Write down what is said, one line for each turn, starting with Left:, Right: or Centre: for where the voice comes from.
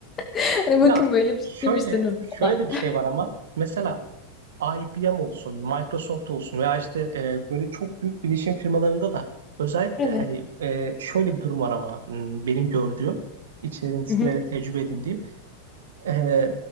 Left: <laughs> Hani bakın
Right: Ya
Left: böyle bir şey
Right: şöyle,
Left: demiştiniz
Right: şöyle
Left: bana.
Right: de bir şey var ama mesela IBM olsun, Microsoft olsun veya işte e, böyle çok büyük bilişim firmalarında da özellikle
Left: Evet.
Right: hani e, şöyle bir durum var ama hmm, benim gördüğüm, içerisinde
Left: Hı hı.
Right: de tecrübe edindiğim. Ee,